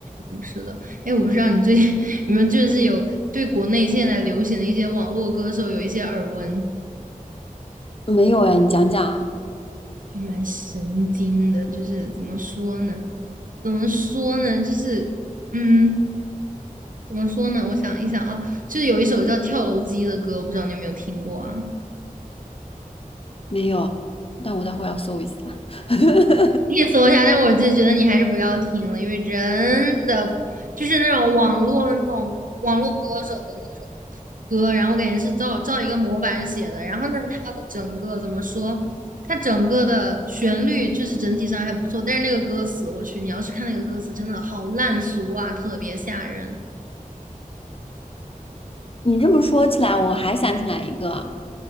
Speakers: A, on the right; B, on the left.
A: 对是的。哎，我不知道你最近 <laughs> 你们就是有对国内现在流行的一些网络歌手有一些耳闻。
B: 没有哎，你讲讲啊。
A: 就蛮神经的，就是怎么说呢？怎么说呢？就是嗯，怎么说呢？我想一想啊，就是有一首叫《跳楼机》的歌，我不知道你有没有听过啊？
B: 没有，但我待会儿要搜一下。<laughs>
A: 意搜一下，但我就觉得你还是不要听了，因为真的就是那种网络的那种网络歌手的那种歌，然后我感觉是照照一个模板写的，然后呢，它的整个怎么说，它整个的旋律就是整体上还不错，但是那个歌词，我去，你要是看那个歌词，真的好烂俗啊，特别吓人。
B: 你这么说起来，我还想起来一个，